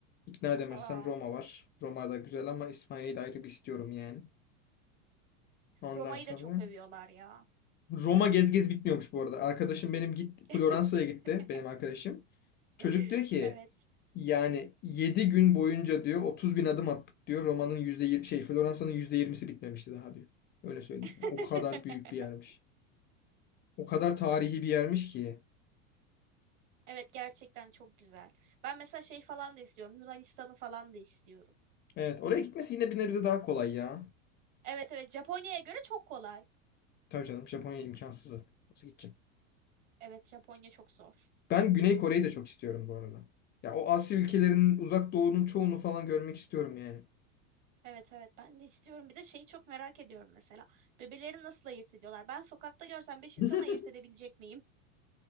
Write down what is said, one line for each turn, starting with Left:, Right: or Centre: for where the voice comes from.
Left: İkna edemezsem
Right: Aa.
Left: Roma var. Roma da güzel ama İspanya'yı da ayrı bir istiyorum yani. Ondan
Right: Roma'yı
Left: sonra
Right: da çok övüyorlar ya.
Left: Roma gez gez bitmiyormuş bu arada. Arkadaşım benim gitti Floransa'ya
Right: <laughs>
Left: gitti benim arkadaşım. Çocuk
Right: Evet.
Left: diyor ki
Right: <laughs> Evet
Left: yani 7 gün boyunca diyor 30 bin adım attık diyor. Roma'nın yüzde yirmi şey Floransa'nın %20'si bitmemişti daha diyor. Öyle söyleyeyim.
Right: <laughs>
Left: sana. O kadar büyük bir yermiş. O kadar tarihi bir yermiş ki.
Right: Evet gerçekten çok güzel. Ben mesela şey falan da istiyorum. Yunanistan'ı falan da istiyorum.
Left: Evet oraya gitmesi yine bir nebze daha kolay ya.
Right: Evet evet Japonya'ya göre çok kolay.
Left: Tabii canım Japonya imkansız zaten. Nasıl gideceğim?
Right: Evet Japonya çok zor.
Left: Ben Güney Kore'yi de çok istiyorum bu arada. Ya o Asya ülkelerinin uzak doğunun çoğunu falan görmek istiyorum yani.
Right: Evet evet ben de istiyorum. Bir de şeyi çok merak ediyorum mesela. Bebeleri nasıl ayırt ediyorlar? Ben sokakta görsem 5
Left: <laughs>
Right: insan ayırt edebilecek miyim?